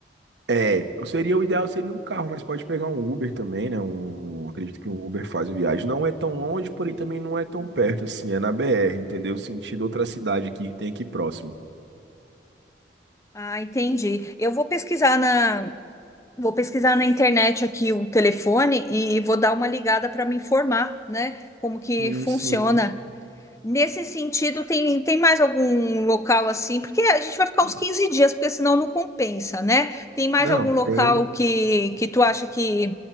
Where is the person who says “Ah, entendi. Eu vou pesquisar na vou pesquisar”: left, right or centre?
Left